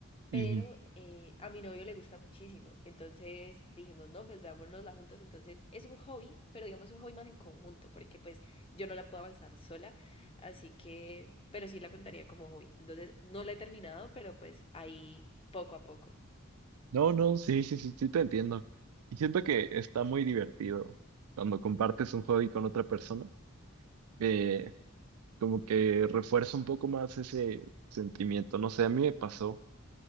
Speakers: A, on the left (about 25°); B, on the right (about 85°).
A: Pero
B: Ujú.
A: eh, a mi novio le gusta muchísimo. Entonces dijimos, no, pues veámonosla juntos. Entonces es un hobby, pero digamos un hobby más en conjunto, porque pues yo no la puedo avanzar sola. Así que, pero sí la contaría como hobby. Entonces no la he terminado, pero pues ahí poco a poco.
B: No, no, sí, sí, sí, sí te entiendo. Y siento que está muy divertido cuando compartes un hobby con otra persona. eh, como que refuerza un poco más ese sentimiento. No sé, a mí me pasó.